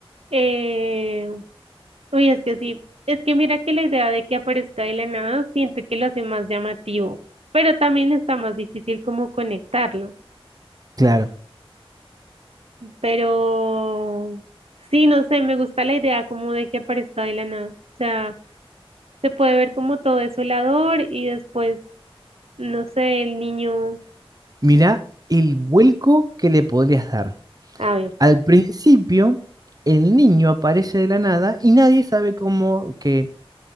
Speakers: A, on the right; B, on the right.
A: Eh, uy, es que sí, es que mira que la idea de que aparezca de la nada, siento que lo hace más llamativo, pero también está más difícil como conectarlo.
B: Claro,
A: Pero sí, no sé, me gusta la idea como de que aparezca de la nada. O sea, se puede ver como todo desolador y después, no sé, el niño,
B: mirá el vuelco que le podrías dar.
A: a ver,
B: Al principio, el niño aparece de la nada y nadie sabe cómo que